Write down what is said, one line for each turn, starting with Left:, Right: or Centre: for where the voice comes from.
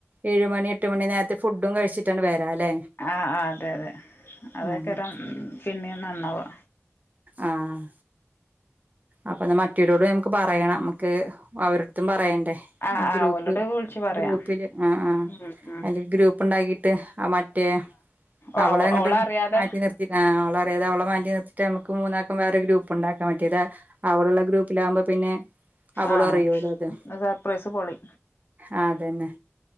Right: ഏഴ് മണി എട്ട് മണി നേരത്ത് ഫുഡും കഴിച്ചിടട്ടാണ്ട് വരാല്ലേ
Left: ആഹ് ആഹ് അതെ അതെ അതൊക്കെരാം
Right: ആഹ്
Left: പിന്നേം നന്നാവാ
Right: ആഹ് അപ്പൊ ന്ന മറ്റൊരോട് നമുക്ക് പറയണം നക്ക് അവറെട്ത്തും പറയണ്ടേ
Left: ആഹ്
Right: ഗ്രൂപ്പ്
Left: ആഹ് ഓലോട് വിളിച്ചു പറയാം
Right: ഗ്രൂപ്പില് ആഹ് ആഹ്
Left: ഉം ഉം
Right: അല്ലെങ്കിൽ ഗ്രൂപ്പ് ഉണ്ടാക്കിട്ട് ആഹ് മറ്റേ
Left: ഓഹ്
Right: അവളെ അങ്ങട്ട്
Left: ഓളറിയാതെ
Right: മാറ്റി നിർത്തീട്ട് ആഹ് അവളെ അറിയാതെ അവളെ മാറ്റി നിർത്തി മറ്റെ നമുക്ക് മൂന്നാക്കും വേറെ ഗ്രൂപ്പ് ഉണ്ടാക്കാൻ പറ്റിയത് അവള് ള്ള ഗ്രൂപ്പിലാകുമ്പോ പിന്നെ അവളും
Left: ആഹ്
Right: അറിയോലൊ അതെ
Left: സർപ്രൈസ് പൊളി
Right: ആഹ് അതന്നെ